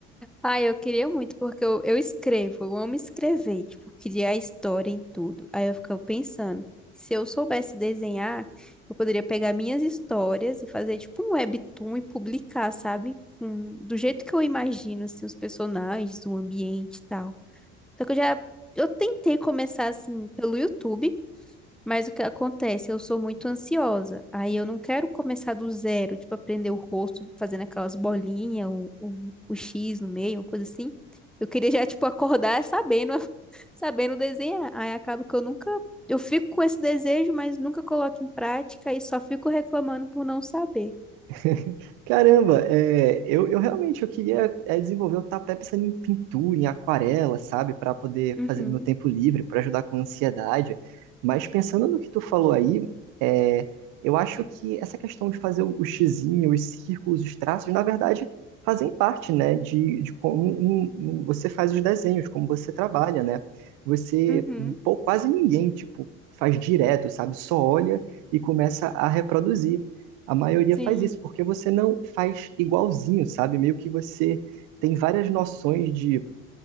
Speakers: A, in the centre; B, on the right.
A: Ah, eu queria muito, porque eu, eu escrevo, eu amo escrever, tipo, criar história em tudo. Aí eu ficava pensando, se eu soubesse desenhar, eu poderia pegar minhas histórias e fazer, tipo, um webtoon e publicar, sabe? Com- do jeito que eu imagino, assim, os personagens, o ambiente e tal. Só que eu já, eu tentei começar, assim, pelo YouTube, mas o que acontece? Eu sou muito ansiosa. Aí eu não quero começar do zero, tipo, aprender o rosto fazendo aquelas bolinhas, o, o, o X no meio, uma coisa assim. Eu queria já, tipo, acordar sabendo, <laughs> sabendo desenhar. Aí acaba que eu nunca. Eu fico com esse desejo, mas nunca coloco em prática e só fico reclamando por não saber.
B: <laughs> Caramba, é, eu, eu realmente eu queria é, desenvolver, eu tava até pensando em pintura, em aquarela, sabe, para poder
A: Uhum,
B: fazer no meu tempo livre, para ajudar com a ansiedade. Mas pensando no que tu falou aí, é, eu acho que essa questão de fazer o, o xizinho, os círculos, os traços, na verdade, fazem parte, né, de, de como um- um- você faz os desenhos, como você trabalha, né? Você,
A: uhum,
B: pô, quase ninguém, tipo, faz direto, sabe, só olha e começa a reproduzir. A maioria
A: sim.
B: faz isso, porque você não faz igualzinho, sabe? Meio que você tem várias noções de